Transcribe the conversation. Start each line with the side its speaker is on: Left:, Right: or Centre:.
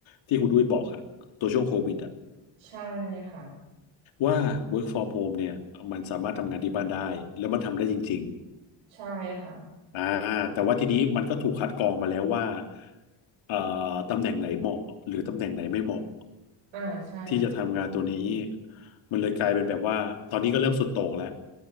Left: ที่คุณด้วยบอกอะตัวช่วงโควิดอะ
Right: ใช่ค่ะ
Left: ว่า work from home เนี่ยมันสามารถทำงานที่บ้านได้แล้วมันทำได้จริง
Right: ใช่ค่ะ
Left: ๆอ่าแต่ว่าทีนี้มันก็ถูกคัดกรองมาแล้วว่าเอ่อตำแหน่งไหนเหมาะหรือตำแหน่งไหนไม่เหมาะ
Right: อ่าใช่
Left: ที่จะทำงานตัวนี้มันเลยกลายเป็นแบบว่าตอนนี้ก็เริ่มสุดโต่งแล้ว